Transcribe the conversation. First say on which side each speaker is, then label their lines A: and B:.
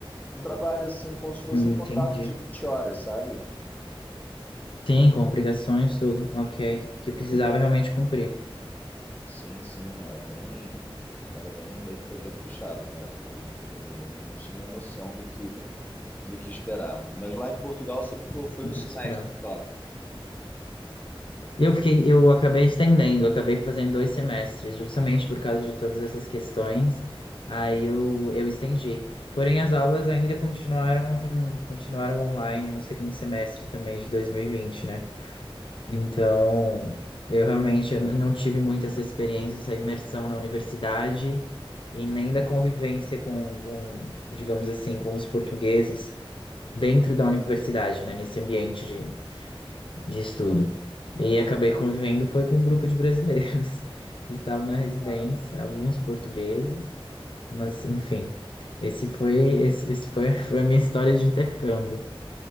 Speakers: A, on the left; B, on the left.
A: um trabalho assim, como se fosse
B: Entendi.
A: um contrato de 20 horas, sabe?
B: Sim, com obrigações, tudo. Ok, que precisava realmente cumprir.
A: Sim, sim, era bem, era bem, bem, foi bem puxado, cara. Foi, foi, eu não tinha noção do que do que esperar. Mas lá em Portugal você ficou, foi
B: E
A: um
B: que
A: semestre
B: te esperava.
A: só.
B: Eu fiquei, eu acabei estendendo, eu acabei fazendo dois semestres, justamente por causa de todas essas questões. Aí eu, eu estendi. Porém, as aulas ainda continuaram, continuaram online no segundo semestre também de dois mil e vinte né? Então, eu realmente eu n- não tive muito essa experiência, essa imersão na universidade e nem da convivência com, com, digamos assim, com os portugueses dentro da universidade, né? Nesse ambiente de estudo. E acabei convivendo foi com um grupo de brasileiros <laughs> que estavam na residência,
A: Era,
B: alguns portugueses, mas enfim, esse foi esse, esse foi, <laughs> foi a minha história de intercâmbio.